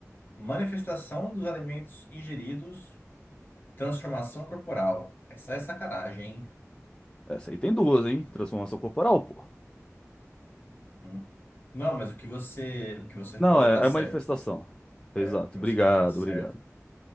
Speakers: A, on the left (about 35°); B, on the left (about 15°).
A: manifestação dos alimentos ingeridos, transformação corporal. Essa é sacanagem, hein?
B: Essa aí tem duas, hein? Transformação corporal, pô.
A: Hum. Não, mas o que você, o que você
B: Não,
A: falou
B: é,
A: tá certo.
B: é manifestação.
A: É,
B: Exato.
A: o que
B: Obrigado,
A: você falou tá certo.
B: obrigado.